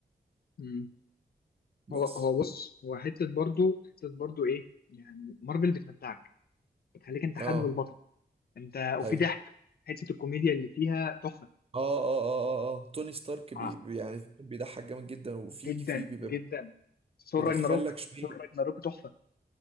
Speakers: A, on the left (about 65°); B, on the right (about 35°).
A: مم.
B: بس
A: هو هو بص هو حته برضو حته برضو ايه يعني مارفل بتمتعك بتخليك انت حابب
B: اه
A: البطل انت وفي
B: ايوه
A: ضحك حته الكوميديا اللي فيها تحفه
B: اه اه اه اه, آه. توني ستارك بي
A: آه.
B: بي- يعني بيضحك جامد جدا وفي
A: جدا
B: في بيبقى
A: جدا ثور
B: بيدخل
A: راجناروك
B: لك شويه
A: ثور راجناروك تحفه